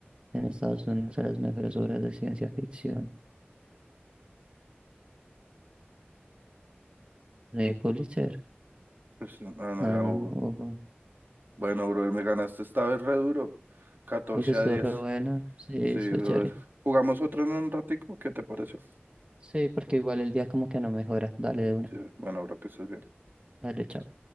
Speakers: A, on the right; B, on the right.
A: en Estados Unidos a las mejores obras de ciencia ficción. ¿De Pulitzer?
B: Pues, no, no
A: Ah,
B: era
A: no,
B: Hugo.
A: Hugo.
B: Bueno, brother, me ganaste esta vez re duro. 14
A: Pues estuvo
B: a diez.
A: re buena, sí, estuvo
B: Sí, brother.
A: chévere.
B: ¿Jugamos otro en un ratico? ¿Qué te parece?
A: Sí, porque igual el día como que no mejora. Dale de una.
B: Sí, bueno, bro, que estés bien.
A: Dale, chao.